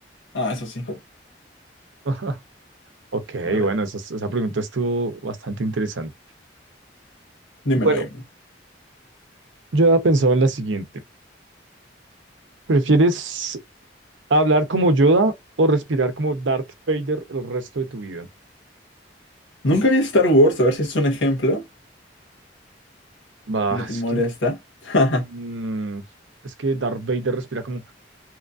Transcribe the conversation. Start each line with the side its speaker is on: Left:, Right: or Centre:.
Left: Ah, eso sí.
Right: <laughs> Ok,
Left: A ver,
Right: bueno, esa, esa pregunta estuvo bastante interesante.
Left: dímelo,
Right: Bueno,
Left: dímelo.
Right: yo había pensado en la siguiente. ¿Prefieres hablar como Yoda o respirar como Darth Vader el resto de tu vida?
Left: Nunca vi Star Wars, a ver si es un ejemplo,
Right: Bah,
Left: si no te
Right: es
Left: molesta.
Right: que
Left: <laughs>
Right: Mm, es que Darth Vader respira como...